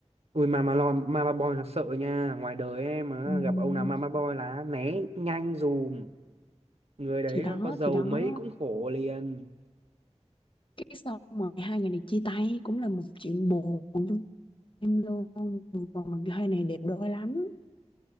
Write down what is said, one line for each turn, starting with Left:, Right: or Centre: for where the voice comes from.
Right: Ui Mama, Lon, Mama Boy là sợ nha Ngoài đời em mà
Left: Ừm,
Right: gặp ông nào Mama Boy là né nhanh dùm Người đấy
Left: thì đó
Right: có giàu
Left: thì đó
Right: mấy cũng khổ liền
Left: cái xong rồi hai người này chia tay cũng là một chuyện buồn trong em luôn còn làm cho hai này đẹp đôi lắm